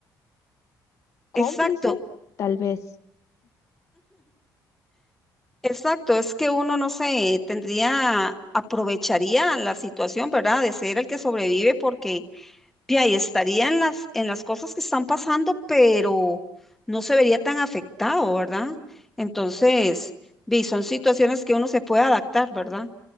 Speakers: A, on the left (about 45°); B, in the centre.
A: cómplice,
B: Exacto,
A: tal vez.
B: exacto. Es que uno, no sé, tendría, aprovecharía la situación, ¿verdad? De ser el que sobrevive porque Y ahí estaría en las, en las cosas que están pasando, pero no se vería tan afectado, ¿verdad? Entonces, vi, son situaciones que uno se puede adaptar, ¿verdad?